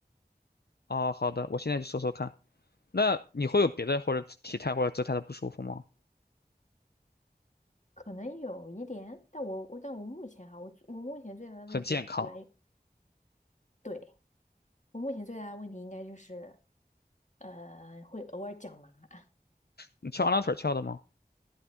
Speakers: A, on the left; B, on the left.
A: 哦，好的，我现在去搜搜看。那你会有别的或者体态或者姿态的不舒服吗？
B: 可能有一点，但我我但我目前哈，我我目前最大的问题来，
A: 很健康，
B: 对，我目前最大的问题应该就是，呃，会偶尔脚麻。<laughs>
A: 你翘二郎腿儿翘的吗？